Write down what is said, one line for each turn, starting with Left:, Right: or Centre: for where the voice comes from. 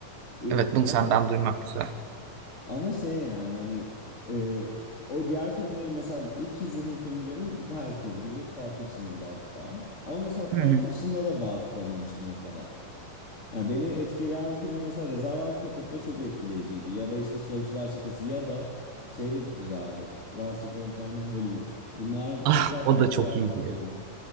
Left: Ee,
Right: Evet bunu
Left: ama
Right: senden duymak güzel.
Left: ama şey yani hani e, o diğer filmleri mesela ilk izlediğim filmi benim herkes gibi Pulp Fiction'dı birazcık daha. Ama mesela Pulp
Right: Hı hı.
Left: Fiction'da da bağ kuramamıştım o kadar. Ya beni etkileyen filmi mesela Rezervuar Köpekleri çok etkileyiciydi. Ya da işte Soysular Çetesi ya da şey de güzeldi. Once Upon a Time in Hollywood. Bunlar
Right: Ah
Left: çok daha farklı
Right: o da çok
Left: bir yerde
Right: iyi
Left: tutuyorum.
Right: diyor.